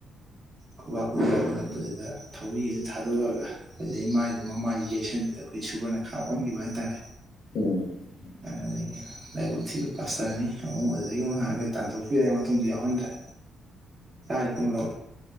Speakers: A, on the right; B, on the left.
A: ꯈ ꯈ ꯀꯠꯄꯗꯨꯗ ꯊꯧꯔꯤ ꯑꯗꯨ ꯊꯥꯗꯣꯛꯑꯒ ꯑꯩꯈꯣꯏꯗꯩꯃꯥꯏꯁꯦ ꯃꯃꯥꯏ ꯌꯩꯁꯟꯕꯗ ꯑꯩꯈꯣꯏ ꯁꯨꯕꯔꯅ ꯈꯥꯛ ꯑꯣꯟꯈꯤꯕ ꯍꯥꯏꯇꯥꯔꯦ
B: ꯑꯣ <unintelligible> <inaudible>
A: ꯑꯗꯒꯤ ꯂꯥꯏꯕꯛ ꯊꯤꯕ ꯄꯥꯁ ꯇꯔꯅꯤ ꯑꯍꯨꯝ ꯑꯗꯨꯗꯒꯤ ꯑꯃꯨꯛ ꯉꯥꯛꯑꯒꯦ ꯇꯥꯟꯊꯣꯛꯄꯤꯔꯛꯑꯦ ꯃꯇꯨꯡꯗꯤ ꯌꯥꯎꯍꯟꯗ꯭ꯔꯦ ꯇꯥꯏ ꯀꯨꯃꯔꯣ